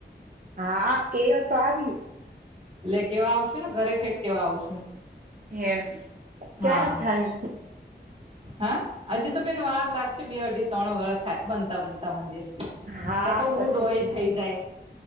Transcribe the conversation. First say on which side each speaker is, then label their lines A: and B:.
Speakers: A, on the right (about 50°); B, on the right (about 30°).
A: હા કહી તો આવી.
B: <unintelligible> કેવા આવશું ને ઘરે સુધી કેવા આવશું.
A: હે ક્યારે
B: હા
A: થાય
B: હા. હજી તો બેન વાર લાગશે બે અઢી ત્રણ વર્ષ થાય મંદિર બનતા.
A: હા
B: ત્યારે તો હુ
A: પછી
B: ડોસી
A: કે
B: થઈ જઈસ,